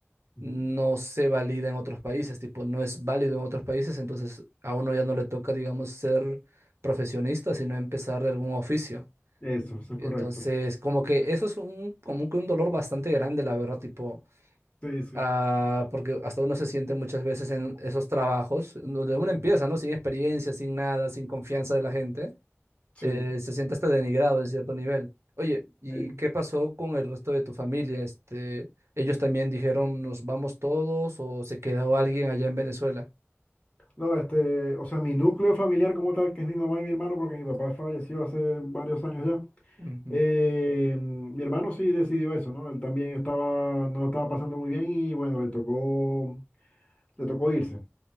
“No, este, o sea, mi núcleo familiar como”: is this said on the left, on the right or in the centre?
Left